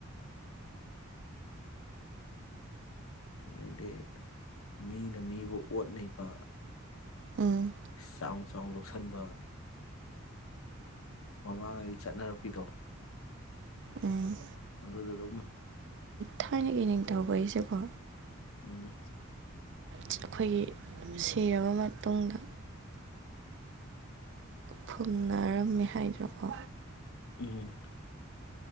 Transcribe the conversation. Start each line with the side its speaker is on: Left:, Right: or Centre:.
Left: ꯑꯗꯩꯗꯤ ꯃꯤꯅ ꯃꯤꯕꯨ ꯑꯣꯠꯅꯩꯕ
Right: ꯎꯝ
Left: ꯆ ꯑꯃꯨꯛ ꯂꯧꯁꯤꯟꯕ ꯃꯃꯥꯡꯉꯩ ꯆꯠꯅꯔꯛꯄꯤꯗꯣ
Right: ꯎꯝ
Left: ꯑꯗꯨꯗꯣ ꯑꯗꯨꯝ
Right: ꯊꯥꯏꯅꯒꯤ ꯅꯤꯡꯊꯧ ꯀꯩꯁꯦꯀꯣ
Left: ꯎꯝ
Right: ꯑꯩꯈꯣꯏꯒꯤ ꯁꯤꯔꯕ ꯃꯇꯨꯡꯗ ꯐꯨꯝꯅꯔꯝꯃꯦ ꯍꯥꯏꯗ꯭ꯔꯣꯀꯣ
Left: ꯎꯝ